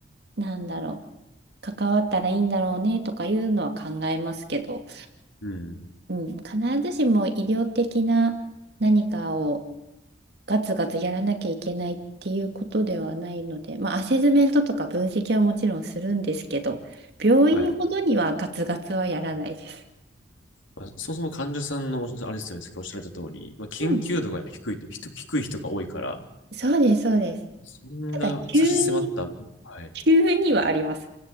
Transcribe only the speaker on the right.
なんだろう、関わったらいいんだろうねとかいうのは考えますけど、
うん、必ずしも医療的な何かをガツガツやらなきゃいけないっていうことではないので、まあ、アセスメントとか分析はもちろんするんですけど、病院ほどにはガツガツはやらないです。
うん、
そうです、そうです。
ただ、急に、
急にはあります。